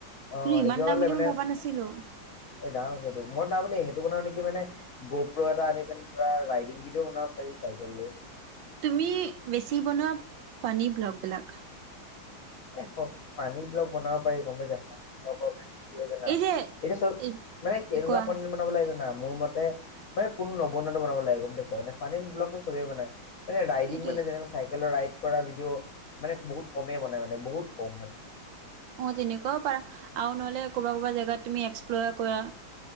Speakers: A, on the left; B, on the right.
A: অ,
B: কিন্তু ইমান
A: দেখিব
B: দাম
A: পাৰিলে
B: বুলি
A: মানে,
B: মই ভবা নাছিলো
A: এ দাম আছে এইটো মই তাৰমানে সেইটো বনাও নেকি মানে, গপ্ৰৰ এটা আনি পিনে ধৰা ৰাইডিং ভিডিঅ বনাব পাৰি চাইকেল লৈ।
B: তুমি বেছি বনোৱা পানী ব্লগ বিলাক
A: এফ পানী ব্লক বনাব পাৰি গম পাইছা, পানী ব্লক আ। কি হয় জানা,
B: এই যে
A: এতিয়া চব
B: এই
A: মানে কেনেকুৱা
B: কোৱা
A: কণ্টেণ্ট বনাব লাগে জানা মোৰ মতে মানে, কোনো নবনাটো বনাব লাগে গম পাইছা মানে পানীৰ ব্লকটো চবেই বনাই। মানে ৰাইডিং
B: সেইটোৱে
A: মানে যেনেক চাইকেল ৰাইড কৰা ভিডিঅ', মানে বহুত কমেই বনাই মানে। বহুত কম হয়।
B: অ তেনেকুৱাও পাৰা আৰু নহলে ক'বা ক'বা জাগাত তুমি এক্সপ্লৰ কৰা।